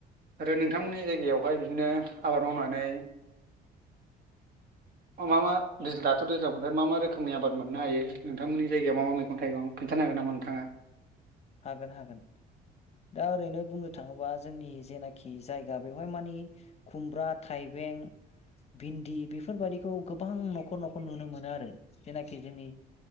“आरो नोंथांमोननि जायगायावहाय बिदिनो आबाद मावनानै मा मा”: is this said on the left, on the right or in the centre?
Right